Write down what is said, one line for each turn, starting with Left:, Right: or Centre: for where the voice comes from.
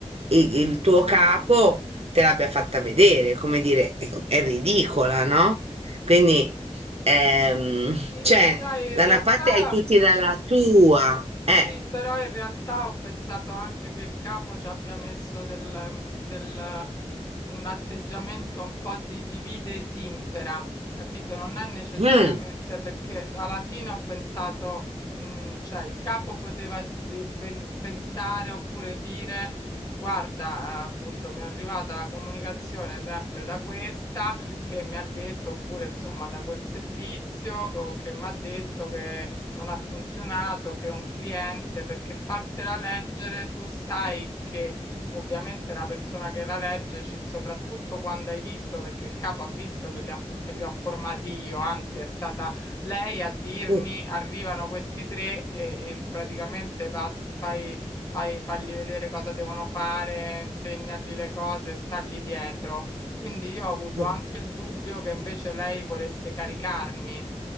Right: i- il, tuo capo te l'abbia fatta vedere, come dire, è, è ridicola, no? Quindi, ehm,
Left: Sì,
Right: cioè,
Left: sai,
Right: da
Left: in realtà
Right: una parte hai tutti dalla tua, eh.
Left: Sì, però in realtà ho pensato anche che il capo ci abbia messo del, mm, del- mm, un atteggiamento un po' di divide e timpera, capito? Non è necessariamente
Right: Mm,
Left: perché alla fine ho pensato, mh, cioè il capo poteva pe- ben- pensare oppure dire, guarda, eh, appunto mi è arrivata la comunicazione sempre da questa che mi ha detto, oppure insomma da quel servizio co- che mi ha detto che non ha funzionato, che un cliente, perché fartela leggere tu sai che ovviamente la persona che la legge, ci- soprattutto quando hai visto, perché il capo ha visto che li, ha fo- che li ho formati io, anzi è stata lei a dirmi
Right: mm,
Left: arrivano questi tre e, e praticamente pass- fai, fai, fagli vedere cosa devono fare, insegnagli le cose, stagli dietro. Quindi io ho avuto
Right: mm,
Left: anche il dubbio che invece lei volesse caricarmi.